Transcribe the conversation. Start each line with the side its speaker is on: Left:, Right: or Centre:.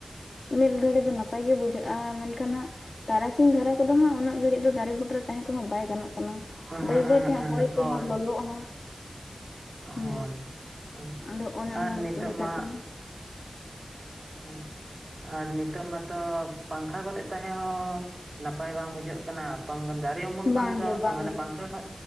Left: ᱢᱤᱫ ᱜᱷᱟᱹᱲᱤᱡ ᱫᱚ ᱱᱟᱯᱟᱭ ᱜᱮ ᱵᱩᱡᱷᱟᱹᱜᱼᱟ᱾ ᱢᱮᱱᱠᱷᱟᱱ ᱦᱟᱸᱜ ᱛᱟᱨᱟᱥᱤᱧ ᱫᱷᱟᱨᱟ ᱠᱚᱫᱚ ᱦᱟᱸᱜ ᱩᱱᱟᱹᱜ ᱜᱷᱟᱹᱲᱤᱡ ᱫᱚ ᱫᱟᱨᱮ ᱵᱩᱴᱟᱹᱨᱮ ᱛᱟᱦᱮᱸ ᱠᱚᱦᱚᱸ ᱵᱟᱭ ᱜᱟᱱᱚᱜ᱾ ᱠᱟᱱᱟ
Right: ᱚᱸᱦᱚᱸᱜ
Left: ᱵᱟᱹᱭ
Right: ᱚᱸᱦᱚᱸᱜ
Left: ᱵᱟᱹᱭ ᱛᱮ ᱦᱟᱸᱜ
Right: ᱚᱸᱦᱚᱸᱜ
Left: ᱦᱚᱭ ᱠᱚᱦᱚᱸ
Right: ᱦᱳᱭ
Left: ᱞᱚᱞᱚᱜ-ᱟ ᱦᱟᱸᱜ᱾ ᱦᱩᱸ
Right: ᱦᱳᱭ ᱦᱳᱭ
Left: ᱟᱫᱚ ᱚᱱᱮ
Right: ᱟᱨ
Left: ᱚᱱᱟ
Right: ᱱᱤᱛᱚᱜ
Left: ᱞᱮᱠᱟᱛᱮ᱾
Right: ᱢᱟ ᱦᱳᱭ ᱟᱨ ᱱᱤᱛᱳᱜ ᱢᱟᱛᱚ ᱯᱟᱝᱠᱷᱟ ᱠᱚᱨᱮᱜ ᱛᱟᱦᱮᱸ ᱦᱚᱸ ᱱᱟᱯᱟᱭ ᱵᱟᱝ ᱵᱩᱡᱷᱟᱹᱜ ᱠᱟᱱᱟ ᱫᱟᱨᱮ ᱩᱢᱩᱞ ᱠᱷᱟᱱ
Left: ᱵᱟᱝᱜᱮ
Right: ᱫᱚ
Left: ᱵᱟᱝᱜᱮ
Right: ᱢᱟᱱᱮ ᱯᱟᱝᱠᱷᱟ ᱠᱷᱚᱱ